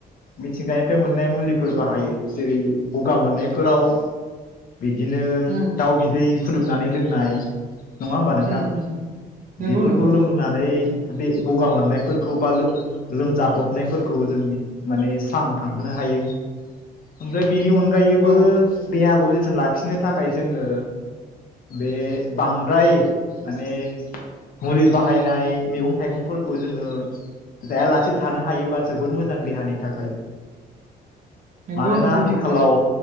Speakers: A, on the left; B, on the right.
A: मिथिंगानिफ्राय मोननाय मुलिफोर बाहायो जेरै गगा मोननायफोराव बिदिनो
B: उम
A: दाउ बिदै फुदुंनानै लोंनाय नंङा थां
B: उम उम नंगौ
A: बेफोरखौ
B: नंगौ
A: लोंनानै बे गगा मोननायफोरखौ बा लोग लोमजादबनायफोरखौ जों माने स्रां थांहोनो हायो ओमफ्राय बेनि अनगायैबो
B: औ
A: देहाखौ जो थोन लाखिनो थाखाय जोङो बे बांद्राय माने मुलि बाहायनाय मैगं थाइगंफोरखौ जोङो जायालासे थानो हायोबा जोबोद मोजां देहानि थाखाय।
B: नंगौ
A: मानोना
B: नंगौ
A: आथिखालाव
B: नोंथां